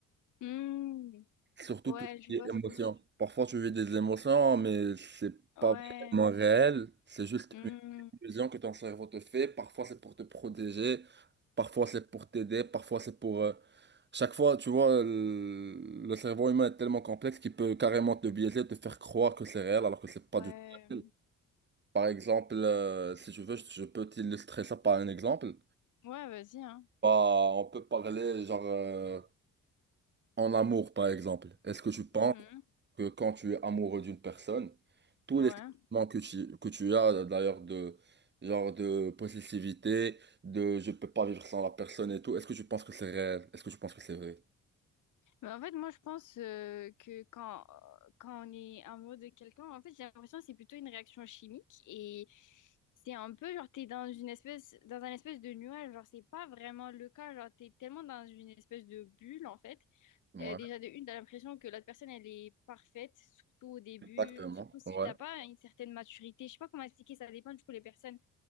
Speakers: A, on the left; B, on the right.
A: Hmm.
B: Surtout
A: Ouais,
B: tout ce
A: je
B: qui
A: vois
B: est
A: ce
B: émotion.
A: que je...
B: Parfois tu vis des émotions, mais c'est
A: Ouais.
B: pas vraiment réel. C'est juste
A: Hmm.
B: une illusion que ton cerveau te fait. Parfois c'est pour te protéger, parfois c'est pour t'aider, parfois c'est pour euh, chaque fois, tu vois, le, le cerveau humain est tellement complexe qu'il peut carrément te biaiser, te faire croire que c'est réel alors que c'est pas
A: Ouais.
B: du tout réel. Par exemple, euh, si tu veux, je, je peux t'illustrer ça par un exemple.
A: Ouais, vas-y, hein.
B: Bah, on peut parler genre euh, en amour, par exemple. Est-ce que tu penses
A: Mhm.
B: que quand tu es amoureux d'une personne, tous
A: Ouais.
B: les sentiments que tu, que tu as d'ailleurs de genre de possessivité, de je peux pas vivre sans la personne et tout, est-ce que tu penses que c'est réel? Est-ce que tu penses que c'est vrai?
A: Mais en fait, moi, je pense euh, que quand, quand on est amoureux de quelqu'un, en fait, j'ai l'impression que c'est plutôt une réaction chimique et c'est un peu genre, t'es dans une espèce, dans un espèce de nuage. Genre, c'est pas vraiment le cas. Genre, t'es tellement dans une espèce de bulle, en fait.
B: Ouais,
A: Euh, déjà, de une, t'as l'impression que l'autre personne, elle est parfaite, surtout au début,
B: exactement.
A: surtout si
B: Ouais.
A: t'as pas une certaine maturité. Je sais pas comment expliquer, ça dépend du coup les personnes.